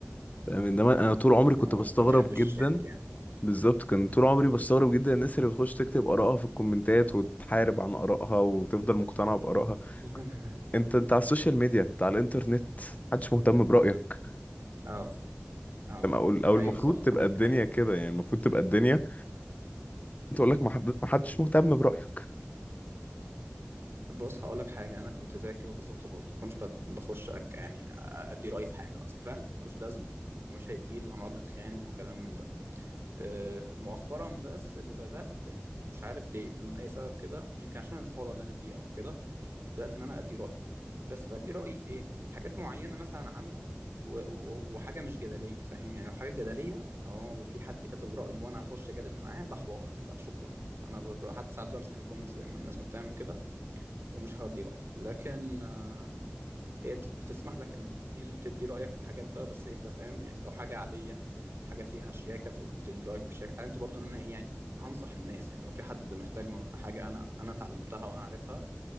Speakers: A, on the left; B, on the right.
A: فاهم انما انا طول عمري كنت
B: اه
A: بستغرب
B: انت ما تحبش
A: جدا
B: تشارك يعني
A: بالظبط كان طول عمري بستغرب جدا الناس اللي بتخش تكتب آرائها في الكومنتات وتحارب عن آرائها وتفضل مقتنعة بآرائها
B: <laughs>
A: انت انت على السوشيال ميديا انت على الانترنت محدش مهتم برأيك
B: اه اه
A: أما اقول او
B: ايوه
A: المفروض
B: صح
A: تبقى
B: صح
A: الدنيا
B: دي حقيقه
A: كده يعني المفروض تبقى الدنيا انت اقول لك محد- محدش مهتم برأيك
B: بص هقول لك حاجه انا كنت زيك كده بالظبط برضه ما كنتش بت- بخش أك يعني ادي رايي في حاجه اصل فعلا ملوش لازمه ومش هيفيد وهنقعد نتخانق وكلام من ده أه، مؤخرا بس اللي بدات ومش عارف ليه بدون اي سبب كده يمكن عشان الفوضى اللي انا فيه او كده بدات ان انا ادي رايي بس بدي رايي في ايه حاجات معينه مثلا عامه و- و- وحاجه مش جدليه فاهم يعني لو حاجه جدليه اه وفي حد كتب رايه وانا هخش اجادل معاه ده حوار لا شكرا انا ب- ب- حتى ساعات بمسح الكومنتس زي ما الناس ما بتعمل كده ومش هدي رأيي لكن آه، هي بت- بتسمح لك انك تدي تدي رأيك في حاجات بقى بس انت فاهم يعني لو حاجة عادية حاجة فيها شياكة تقول تدي رأيك بشياكة اتعلمت برضه ان انا إيه يعني هنصح الناس يعني لو في حد محتاج م- حاجة انا انا اتعلمتها وانا عارفها